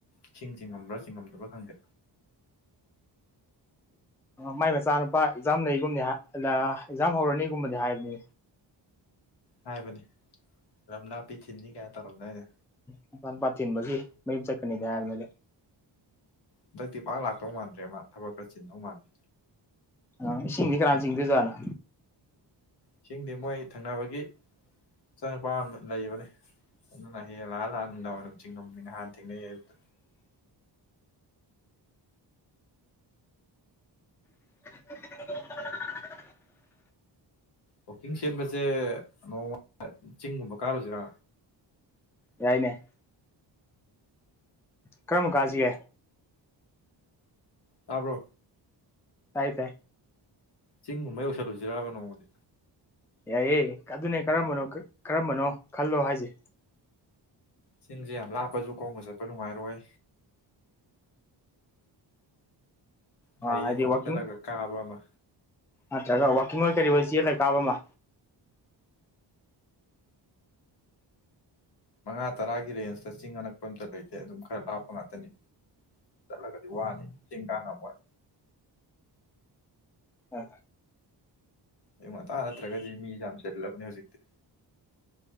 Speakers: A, on the left; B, in the centre.
A: ꯏꯁꯤꯡ ꯆꯤꯡꯉꯝꯕ꯭ꯔꯥ ꯆꯤꯡꯉꯝꯗꯕ꯭ꯔꯥ ꯈꯪꯗꯦ
B: ꯃꯥꯏ ꯃꯆꯥꯅꯨꯄꯥ ꯑꯦꯛꯖꯥꯝ ꯂꯩꯒꯨꯝꯕꯅꯤ ꯑꯦꯛꯖꯥꯝ ꯍꯧꯔꯅꯤꯒꯨꯝꯕꯗꯤ ꯍꯥꯏꯕꯅꯤ
A: ꯍꯥꯏꯕꯅꯤ ꯂꯝ ꯂꯥꯞꯄꯤ ꯊꯤꯟꯅꯤ ꯀꯥꯏ ꯇꯧꯔꯝꯗꯥꯏꯅꯦ
B: ꯃꯆꯥꯅꯨꯄꯥ ꯊꯤꯟꯕꯒꯤ ꯃꯌꯨꯝ ꯆ ꯅꯤꯗꯤ ꯍꯥꯏꯕꯅꯤ
A: ꯍꯟꯇꯛꯇꯤ ꯄꯥꯛ ꯂꯥꯛꯇꯧ ꯃꯥꯟꯗ꯭ꯔꯦ ꯃꯥ ꯊꯕꯛ ꯈꯔ ꯆꯤꯟꯗꯧ ꯃꯥꯜꯂꯦ
B: ꯑ ꯏꯁꯤꯡꯗꯤ ꯀꯅꯥꯅ ꯆꯤꯡꯗꯣꯏꯖꯥꯠꯅꯣ
A: ꯏꯁꯤꯡꯗꯤ ꯃꯣꯏ ꯊꯪꯅꯕꯒꯤ ꯃꯆꯥꯅꯨꯄꯥ ꯑꯃ ꯂꯩꯕꯅꯦ ꯑꯗꯨꯅ ꯍꯦ ꯍꯦꯛ ꯂꯥꯛꯑ ꯂꯥꯛꯑ ꯅꯨꯡꯗꯥꯡ ꯋꯥꯏꯔꯝ ꯆꯤꯡꯉꯝꯅꯤ ꯉꯍꯥꯟ ꯊꯦꯡꯅꯩ ꯑꯌꯨꯛꯇ
B: <inaudible>
A: ꯋꯥꯛꯀꯤꯡ ꯆꯦꯟꯕꯁꯦ ꯅꯣꯡꯃ ꯆꯤꯡꯒꯨꯝꯕ ꯀꯥꯔꯨꯁꯤꯔꯥ
B: ꯌꯥꯏꯅꯦ ꯀꯔꯝꯕ ꯀꯥꯖꯤꯒꯦ
A: ꯇꯥꯕ꯭ꯔꯣ
B: ꯇꯥꯏ ꯇꯥꯏ
A: ꯆꯤꯡꯒꯨꯝꯕ ꯌꯧꯁꯜꯂꯨꯁꯤꯔꯕ ꯅꯣꯡꯃꯗꯤ
B: ꯌꯥꯏꯌꯦ ꯑꯗꯨꯅꯦ ꯀꯔꯝꯕꯅꯣ ꯀꯔꯝꯕꯅꯣ ꯈꯜꯂꯣ ꯍꯥꯏꯁꯦ
A: ꯆꯤꯡꯁꯦ ꯌꯥꯝ ꯂꯥꯞꯄꯁꯨ ꯈꯣꯡꯅ ꯆꯠꯄ ꯅꯨꯡꯉꯥꯏꯔꯣꯏ
B: ꯍꯥꯏꯗꯤ
A: ꯒꯥꯔꯤꯗ ꯇꯣꯡꯉ
B: ꯋꯥꯛꯀꯤꯡ
A: ꯆꯠꯂꯒ ꯀꯥꯕ ꯑꯃ
B: ꯅꯠꯇ꯭ꯔꯒ ꯋꯥꯛꯀꯤꯡ ꯑꯣꯏ ꯀꯔꯤ ꯑꯣꯏ ꯆꯦꯜꯂꯒ ꯀꯥꯕ ꯑꯃ
A: ꯃꯉꯥ ꯇꯔꯥꯒꯤ ꯔꯦꯟꯖꯇ ꯆꯤꯡ ꯑꯅꯛꯄ ꯑꯝꯇ ꯂꯩꯇꯦ ꯑꯗꯨꯝ ꯈꯔ ꯂꯥꯞꯄ ꯉꯥꯛꯇ ꯇꯅꯤ ꯆꯠꯂꯒꯗꯤ ꯋꯥꯅꯤ ꯆꯤꯡ ꯀꯥ ꯉꯝꯃꯣꯏ
B: ꯑ
A: ꯑꯌꯨꯛ ꯉꯟꯇꯥ ꯅꯠꯇ꯭ꯔꯒꯗꯤ ꯃꯤ ꯌꯥꯝ ꯆꯤꯜꯂꯕꯅꯤ ꯍꯧꯖꯤꯛꯇꯤ